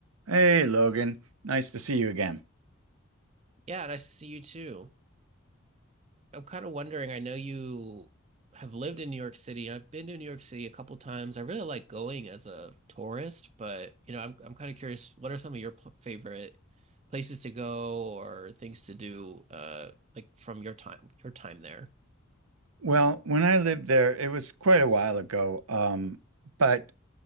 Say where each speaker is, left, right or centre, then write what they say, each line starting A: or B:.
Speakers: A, on the right; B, on the right.
A: Hey, Logan. Nice to see you again.
B: Yeah, nice to see you too. I'm kind of wondering, I know you have lived in New York City. I've been to New York City a couple times. I really like going as a tourist, but you know, I'm I'm kind of curious, what are some of your pl favorite places to go or things to do uh like from your time your time there?
A: Well, when I lived there, it was quite a while ago, um, but